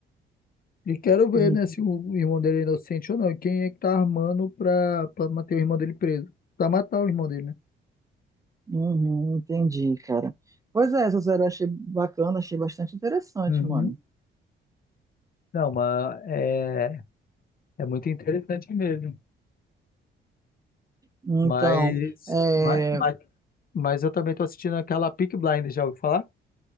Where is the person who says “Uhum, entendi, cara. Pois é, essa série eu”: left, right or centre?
Right